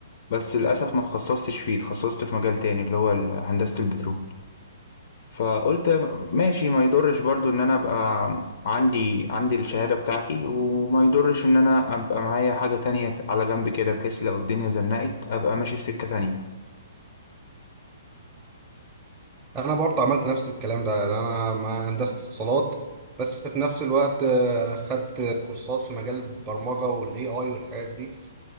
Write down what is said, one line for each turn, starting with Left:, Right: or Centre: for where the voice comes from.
Left: بس للأسف ما تخصصتش فيه تخصصت في مجال تاني اللي هو ال- هندسة البترول فقلت ماشي ما يضرش برضو ان انا ابقى عندي عندي الشهادة بتاعتي وما يضرش ان انا ابقى معايا حاجة تانية على جنب كده بحيث لو الدنيا زنقت ابقى ماشي في سكة تانية
Right: انا برضه عملت نفس الكلام ده يعني انا ما هندسة اتصالات بس في نفس الوقت آه، خدت كورسات في مجال البرمجة والاي اي والحاجات دي